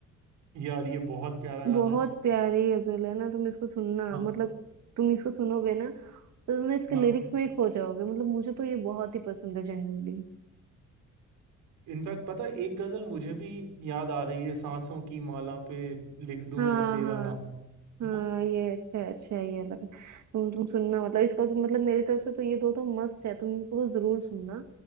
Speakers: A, on the right (about 85°); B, on the right (about 65°).
A: यार ये बहुत प्यारा गाना
B: बहुत
A: है
B: प्यारी गजल है ना तुम इसको सुनना
A: हाँ
B: मतलब तुम इसको सुनोगे ना तो तुम ना इसके
A: हाँ
B: लिरिक्स में ही खो जाओगे मतलब मुझे तो ये बहुत ही पसंद है जनरली
A: इनफैक्ट पता है, एक गजल मुझे भी याद आ रही है सांसों की माला पे लिख दूं
B: हाँ
A: मैं तेरा
B: हाँ
A: नाम
B: हाँ
A: है ना
B: ये अच्छा है, अच्छा है ये अलग है। तुम तुम सुनना मतलब इसका तो मतलब मेरी तरफ से तो ये दो तो मस्ट है तुम इनको तो जरूर सुनना